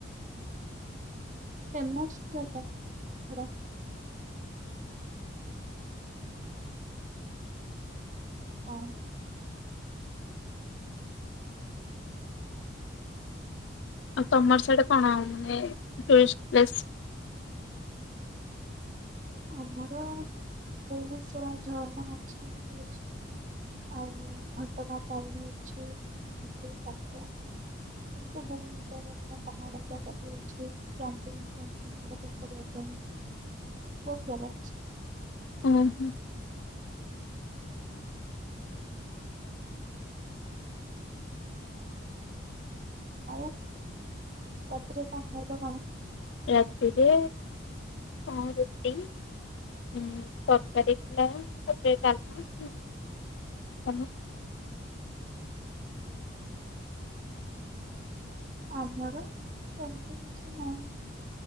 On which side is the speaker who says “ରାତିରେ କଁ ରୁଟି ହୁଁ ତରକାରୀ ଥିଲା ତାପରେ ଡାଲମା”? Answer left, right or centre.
Left